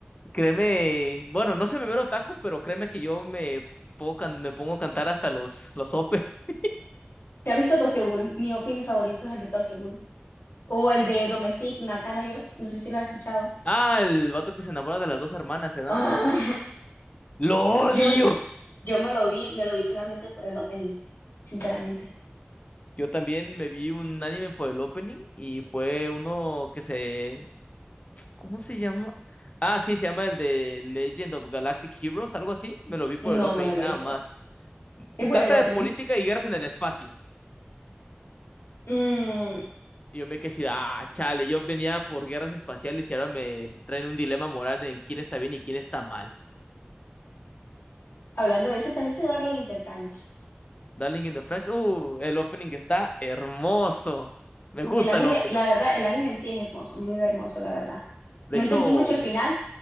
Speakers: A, on the left; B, on the left.
A: créeme, bueno, no se me ve el otaku, pero créeme que yo me, puedo can me pongo a cantar hasta los, los ope. <laughs>
B: ¿Te has visto Tokyo Ghoul? Mi opening favorito es el de Tokyo Ghoul. O el de Domestic Nakano yo, no sé si lo has escuchado.
A: Ah, el vato que se enamora de las dos hermanas, ¿verdad?
B: Ah,
A: ¡Lo odio!
B: yo, yo me lo vi, me lo vi solamente por el opening, sinceramente.
A: Yo también me vi un anime por el opening y fue uno que se... ¿Cómo se llama? Ah, sí, se llama el de Legend of Galactic Heroes, algo así. Me lo vi por
B: No,
A: el opening
B: no me lo
A: nada
B: he visto.
A: más.
B: Es bueno
A: Trata
B: el opening.
A: de política y guerras en el espacio.
B: Mm,
A: Y yo me quedé así, de, ah, chale, yo venía por guerras espaciales y ahora me traen un dilema moral en quién está bien y quién está mal.
B: hablando de eso, ¿te viste Darling in the Franxx?
A: Darling in the Franks, uh, el opening está hermoso. Me gusta
B: El anime,
A: el opening.
B: la verdad, el anime en sí es hermoso, muy hermoso, la verdad.
A: De
B: No
A: hecho,
B: entendí mucho el final,